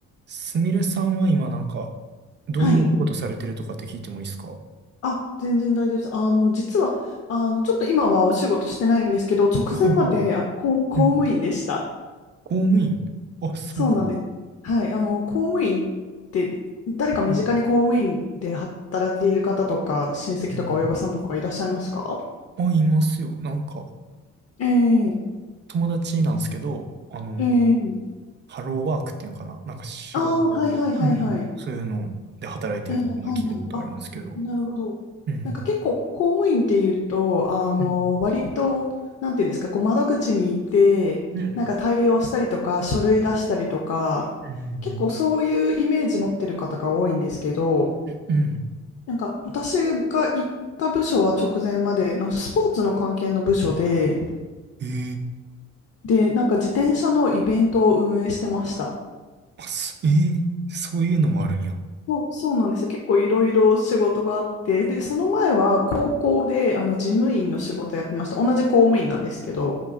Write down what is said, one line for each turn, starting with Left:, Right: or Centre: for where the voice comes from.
Right: すみれさんは今なんか、どういうお仕事されてるとかって聞いてもいいですか
Left: はい。あ、全然大丈夫です。あの、実は、あの、ちょっと今はお仕事してないんですけど、直前まで、
Right: はいはい。
Left: あの、公、公務員でした。
Right: うん。公務員あ、そうなの。
Left: そうなんです。はい。あの、公務員って、誰か身近に公務員で働いている方とか、
Right: うん。
Left: 親戚とか親御さんとかいらっしゃいますか
Right: うんあ、いますよ。なんか、
Left: ええ
Right: 友達なんですけど、あの、
Left: ええ
Right: ハローワークっていうんかな。なんか仕事を、
Left: ああー、はいはいはいはい。
Right: うん。そういうので働いてるっていうのは聞いたことありますけど。
Left: ええはいはい。あ、なるほど。
Right: うん。
Left: なんか結構公務員っていうと、あの、
Right: うん。
Left: 割と、なんていうんですか、こう窓口に行って、
Right: うん。
Left: なんか対応したりとか、書類出したりとか、
Right: うん。
Left: 結構そういうイメージ持ってる方が多いんですけど、
Right: うん。うん。
Left: なんか私が行った部署は直前まで、あのスポーツの関係の部署で、
Right: うんえ
Left: で、なんか自転車のイベントを運営してました。
Right: あ、すええそういうのもあるんや。
Left: そう、そうなんですよ。結構いろいろ仕事があって、で、その前は高校であの事務員の仕事やってました。同じ公務員なんですけど。